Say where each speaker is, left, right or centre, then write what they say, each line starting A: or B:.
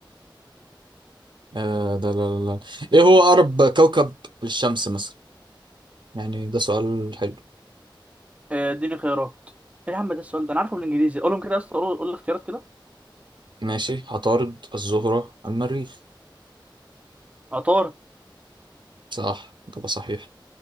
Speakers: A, on the right; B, on the right.
A: آه... ده لا لا لا. إيه هو أقرب كوكب للشمس مثلا؟ يعني ده سؤال حلو
B: آه، اديني خيارات ايه يا عم ده السؤال ده انا عارفه بالانجليزي قولهم كده يا اسطى قول قول الاختيارات كده
A: ماشي عطارد الزهرة المريخ
B: عطار
A: صح إجابة صحيح